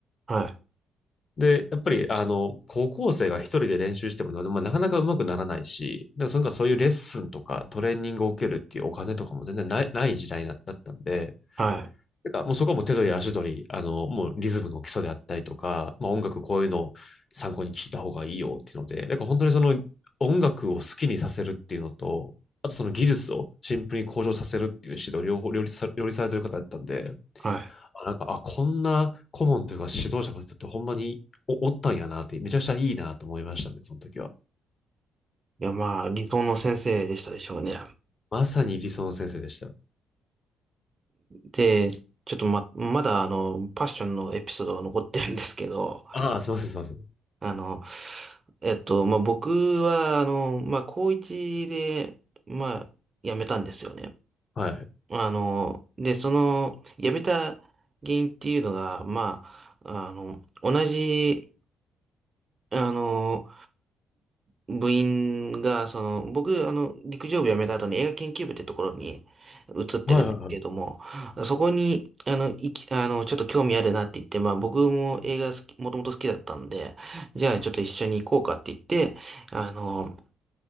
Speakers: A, on the right; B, on the left.
A: はい。
B: で、やっぱり、あの、高校生が一人で練習しても、まあ、なかなか上手くならないし、だからそのかそういうレッスンとかトレーニングを受けるっていうお金とかも全然ない、ない時代だだったんで、
A: はい。
B: なんかもうそこはもう手取り足取り、あの、もうリズムの基礎であったりとか、まあ音楽こういうのを参考に聞いた方がいいよっていうので、なんか本当にその音楽を好きにさせるっていうのと、あとその技術をシンプルに向上させるっていう指導両方両立さ、両立されてる方だったんで、
A: はい。
B: あなんか、あ、こんな顧問というか指導者の人ってほんまにお、おったんやなって、めちゃくちゃいいなと思いましたね、その時は。
A: いや、まあ、理想の先生でしたでしょうね。
B: まさに理想の先生でした。
A: で、ちょっとま、まだあの、パッションのエピソードが残ってるんですけど、
B: ああ、すいません、すいません。
A: あの、えっと、まあ、僕は、あの、まあ、高一で、まあ、辞めたんですよね。
B: はい。
A: あの、で、その、辞めた原因っていうのが、まあ、あの、同じ、あの、部員が、その、僕、あの、陸上部辞めた後に映画研究部ってところに移ってるんですけれども、
B: はいはいはい。
A: そこに、あの、いき、あの、ちょっと興味あるなって言って、まあ僕も映画好き、もともと好きだったんで、じゃあちょっと一緒に行こうかって言って、あの、